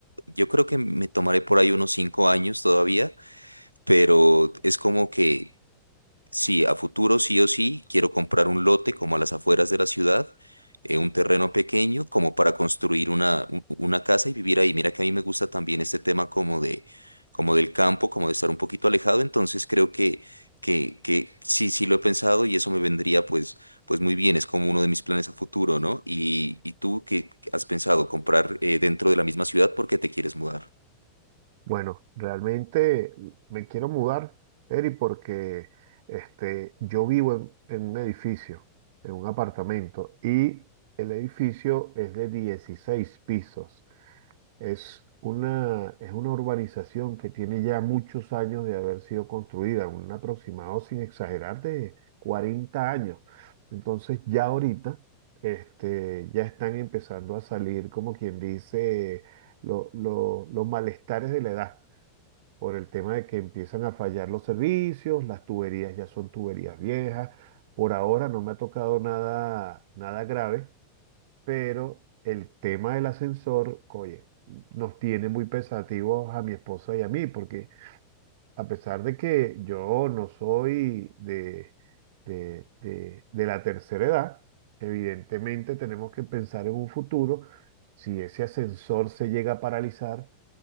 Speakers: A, on the right; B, on the right.
A: yo creo que me tomaré por ahí unos cinco años todavía, pero es como que... Sí, a futuro sí o sí quiero comprar un lote como a las afueras de la ciudad, eh, un terreno pequeño como para construir una, un- una casa y vivir ahí. Mira que a mí me gusta también este tema como de, como del campo, como de estar un poquito alejado, entonces creo que, que, que sí, sí lo he pensado y eso me vendría pues, pues muy bien, es como uno de mis planes a futuro, ¿no? Y, y tú, ¿qué has pensado? ¿Comprar eh, dentro de la misma ciudad porque te quieres mudar?
B: Bueno, realmente me quiero mudar, Eri, porque este, yo vivo en, en un edificio, en un apartamento, y el edificio es de 16 pisos. Es una, es una urbanización que tiene ya muchos años de haber sido construida, un aproximado, sin exagerar, de 40 años. Entonces ya ahorita este, ya están empezando a salir, como quien dice, lo- lo- los malestares de la edad, por el tema de que empiezan a fallar los servicios, las tuberías ya son tuberías viejas. Por ahora no me ha tocado nada, nada grave pero el tema del ascensor, oye, nos tiene muy pensativos a mi esposa y a mí, porque a pesar de que yo no soy de, de, de, de la tercera edad, evidentemente tenemos que pensar en un futuro, si ese ascensor se llega a paralizar.